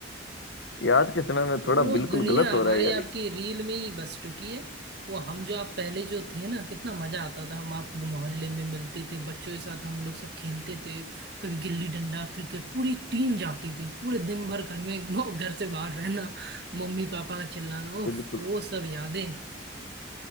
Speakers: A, on the left; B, on the right.
A: ये आज के समय में
B: वो
A: थोड़ा बिल्कुल
B: दुनिया
A: गलत हो
B: हमारे
A: रहा है यार
B: आपकी
A: ये
B: रील में ही बस चुकी है वो हम जो आप पहले जो थे ना कितना मजा आता था हम आप मोहल्ले में मिलते थे बच्चों के साथ हम लोग सब खेलते थे कभी गिल्ली डंडा क्रिकेट पूरी टीम जाती थी पूरे दिन भर घर में वो घर से बाहर रहना मम्मी पापा का चिल्लाना उफ
A: बिल्कुल
B: वो सब यादें